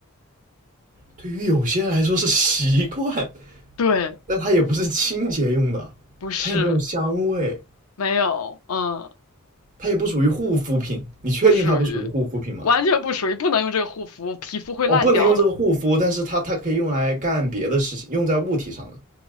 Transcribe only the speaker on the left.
对，
不是。
没有，嗯，
不属于，完全不属于，不能用这个护肤，皮肤会烂掉的。